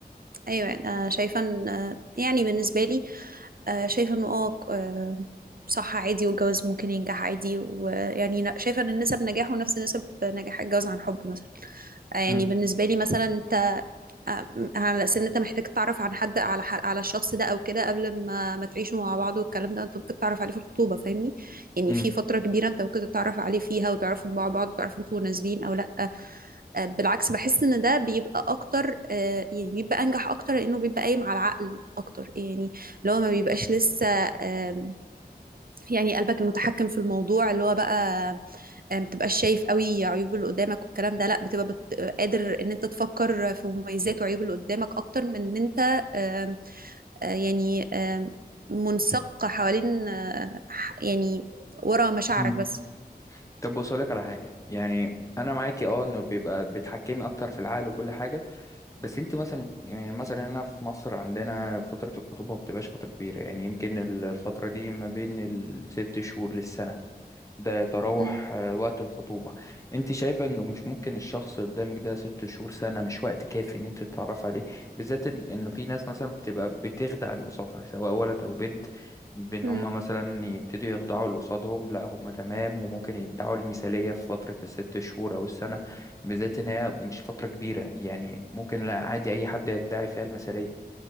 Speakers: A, on the right; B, on the left.
A: ايوه يعني انا شايفه ان آه، يعني بالنسبه لي آه، شايفه انه اه آه، صح عادي والجواز ممكن ينجح عادي ويعني نا- شايفه ان نسب نجاحه نفس نسب نجاح الجواز عن حب مثلا آه، يعني
B: امم
A: بالنسبه لي مثلا انت آه، على اساس ان انت محتاج تعرف عن حد على ح- على الشخص ده او كده قبل ما ما تعيشوا مع بعض والكلام ده انت ممكن تعرف عليه في الخطوبه فاهمني يعني
B: امم
A: في فتره كبيره انت ممكن تتعرف عليه فيها وتعرفوا مع بعض وتعرفوا انتوا مناسبين او لا آه، بالعكس بحس ان ده بيبقى اكتر آه، يعني بيبقى انجح اكتر لانه بيبقى قايم على العقل اكتر يعني اللي هو ما بيبقاش لسه آم، يعني قلبك المتحكم في الموضوع اللي هو بقى آه، ما بتبقاش شايف قوي عيوب اللي قدامك والكلام ده لا بتبقى بت... آه، قادر ان انت تفكر في مميزات وعيوب اللي قدامك اكتر من ان انت آم، آه، يعني آم، منسق حوالين آه، ح- يعني ورا مشاعرك
B: امم
A: بس
B: طب بص لك على حاجة يعني انا معاكي اه انه بيبقى بتحكمي اكتر في العقل وكل حاجة بس انت مثلا يعني مثلا هنا في مصر عندنا فترة الخطوبة ما بتبقاش فترة كبيرة يعني يمكن ال- الفترة دي ما بين الست شهور للسنة ده يتراوح
A: مم.
B: آه، وقت الخطوبة انت شايفة انه مش ممكن الشخص اللي قدامك ده ست شهور سنة مش وقت كافي ان انت تتعرف عليه بالذات ان انه في ناس مثلا بتبقى بتخدع اللي قصادها سواء ولد او بنت بان
A: مم.
B: هما مثلا يبتدوا يخدعوا اللي قصادهم لا هما تمام وممكن يدعوا المثالية في فترة الست شهور او السنة بالذات ان هي مش فترة كبيرة يعني ممكن لا عادي اي حد يدعي فيها المثالية